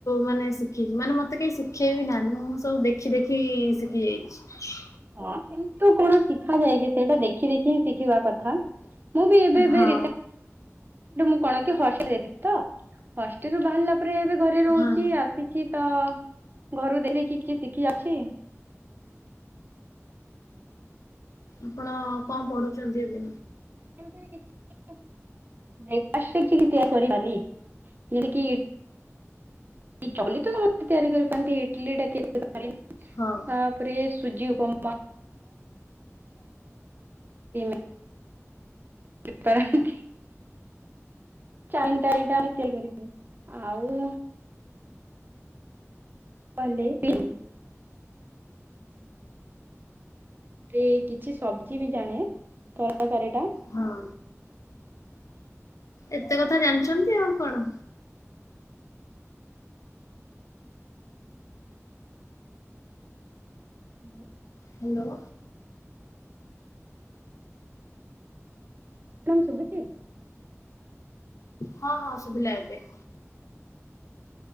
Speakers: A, on the left (about 85°); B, on the right (about 40°).
A: ମାନେ ଶିଖିଛି ମାନେ ମତେ କେହି ଶିଖେଇବି ନାହାନ୍ତି ମୁଁ ସବୁ ଦେଖି ଦେଖି ଶିଖି ଯାଇଚି।
B: ହ ସେମିତି କଣ ଶିଖା ଯାଏ କି ସେଇଟା ଦେଖି ଦେଖି ହିଁ ଶିଖିବା କଥା। ମୁଁ ବି ଏବେ ଏବେ
A: ହଁ
B: <inaudible> କଣ ହଷ୍ଟେଲରେ ରହିଲି ତ ହଷ୍ଟେଲ <unintelligible> ତାପରେ ଏବେ ଘରେ ରହୁଚି
A: ହଁ।
B: ଆସିଚି ତ ଘରୁ ଦେଖିକି କି ଶିଖି ଯାଉଚି।
A: ଆପଣ କଣ ପଢୁଛନ୍ତି ଏବେ?
B: <unintelligible> ଇସ୍ୟୁ କରିପାରେ। ଯେଣ କିି ଚଲି ତ ସମସ୍ତେ ତିଆରି କରିପାରନ୍ତି ଇଟଲି ଟା <unintelligible>
A: ହଁ।
B: ତାପରେ ସୁଜି ଉପମା <unintelligible> <unintelligible> ତିଆରି କରିବୁ। ଆଉ। ପଲେଇ କିଛି ସବଜି ବି ଜାଣେ ତରକାରୀ ଟା
A: ହଁ। ଏତେ କଥା ଜାଣିଛନ୍ତି ଆଉ କଣ।
B: ହୁଁ।
A: ହ୍ୟାଲୋ।
B: କଣ ଶୁଭୁଚି?
A: ହଁ ହଁ ସୁୁବିଲା ଏବେ।